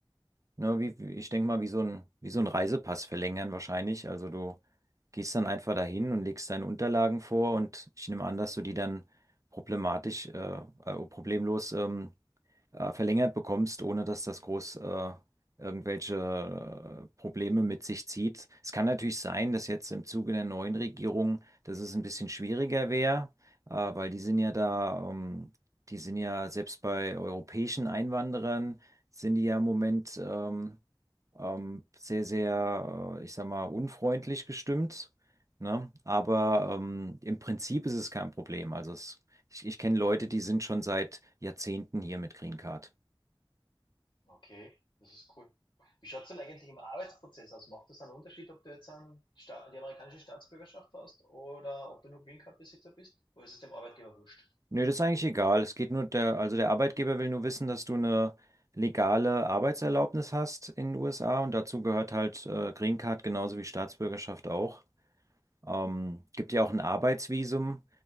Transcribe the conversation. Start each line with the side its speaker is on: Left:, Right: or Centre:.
Right: Ne, wie, wie- ich denke mal, wie so ein, wie so ein Reisepass verlängern wahrscheinlich. Also du gehst dann einfach dahin und legst deine Unterlagen vor und ich nehme an, dass du die dann problematisch, äh, äh, problemlos ähm, äh, verlängert bekommst, ohne dass das groß äh, irgendwelche äh, Probleme mit sich zieht. Es kann natürlich sein, dass jetzt im Zuge der neuen Regierung, dass es ein bisschen schwieriger wäre, äh, weil die sind ja da, ähm, die sind ja selbst bei europäischen Einwanderern, sind die ja im Moment ähm, ähm, sehr, sehr, äh, ich sag mal, unfreundlich gestimmt. Ne? Aber ähm, im Prinzip ist es kein Problem. Also es, ich, ich kenne Leute, die sind schon seit Jahrzehnten hier mit Green Card.
Left: Okay, das ist cool. Wie schaut es denn eigentlich im Arbeitsprozess aus? Macht das einen Unterschied, ob du jetzt einen Sta die amerikanische Staatsbürgerschaft hast oder ob du nur Green Card Besitzer bist? Oder ist es dem Arbeitgeber wurscht?
Right: Nö, das ist eigentlich egal. Es geht nur der, also der Arbeitgeber will nur wissen, dass du eine legale Arbeitserlaubnis hast in den USA und dazu gehört halt äh, Green Card genauso wie Staatsbürgerschaft auch. Ähm, gibt ja auch ein Arbeitsvisum,